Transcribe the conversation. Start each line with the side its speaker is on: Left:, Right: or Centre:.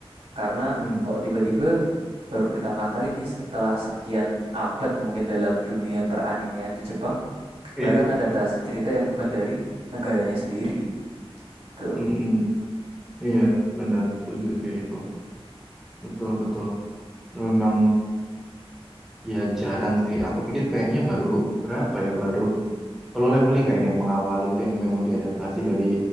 Right: Karena
Centre: Hmm.
Right: kok tiba-tiba baru pertama kali nih setelah sekian abad mungkin dalam dunia peranimean di Jepang,
Centre: <laughs>
Right: mereka ngadaptasi cerita yang bukan dari negaranya sendiri. Tuh.
Centre: Mm-mm. Iya, benar. Setuju sih itu. Betul, betul. Memang ya jarang sih. Aku pikir kayaknya baru berapa ya, baru kalau leveling kayak yang mengawali itu yang memang diadaptasi dari